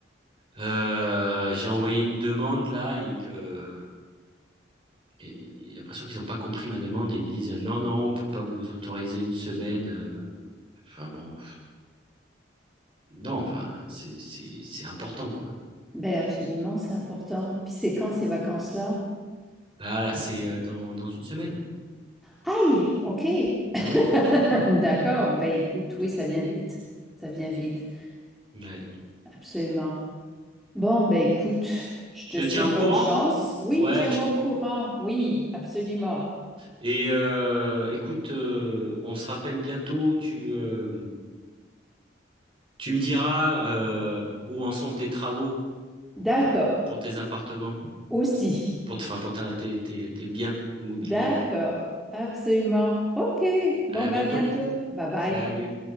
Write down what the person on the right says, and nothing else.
Euh, j'ai envoyé une demande là. Ils, euh, et- j'ai l'impression qu'ils n'ont pas compris ma demande et ils me disent euh, non, non, on peut pas vous autoriser une semaine. euh. Enfin bon, non, enfin c'est c'est c'est important quoi.
Là, là, c'est euh, dans dans une semaine.
Ah ouais.
Ouais.
Je
te tiens
au courant?
Ouais,
je te-
Et euh, écoute, euh, on se rappelle bientôt. Tu, euh, tu me diras euh, où en sont tes travaux
pour, pour tes appartements,
pour, enfin, pour ta- tes, tes, tes biens immobiliers.
Allez,
à
bientôt.
Salut.